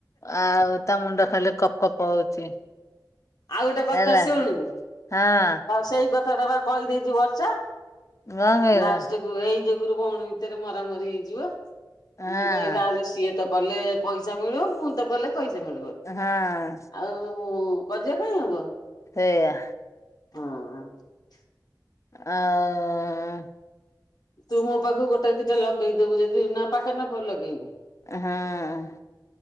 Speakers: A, on the left; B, on the left.
A: ଆଉ ତା ମୁଣ୍ଡ ଖାଇଲେ କପ୍ କପ୍ ହଉଛି
B: ଆଉ ଗୋଟେ କଥା
A: ହେଲା
B: ଶୁଣୁ,
A: ହଁ।
B: ସେଇ କଥାଟା ବା କହିଦେଇଛି ବର୍ଷା ।
A: କଣ କହିଲ
B: ଲାଷ୍ଟକୁ ଏଇ ଯୁଗରୁ ଭଉଣୀ ଭିତରେ ମରାମରି ହେଇଯିବ ।
A: ହଁ
B: ମୁଁ କହିଲ ଆରେ ସିଏ ତ କଲେ। ପଇସା ମିଳିବ ମୁଁ ତ କଲେ ପଇସା ମିଳିବ।
A: ହଁ
B: ଆଉ କଜିଆ କାଇଁ ହବ?
A: ସେଇଆ।
B: ହଁ।
A: ଆଆଆ
B: ତୁ ମୋ ପାଖକୁ ଗୋଟେ ଦିଟା ଲଗେଇଦବୁ ଯଦି ନା ପାକ ନା ପାଖକୁ ଲଗେଇବୁ?
A: ଏଁ ହଁ।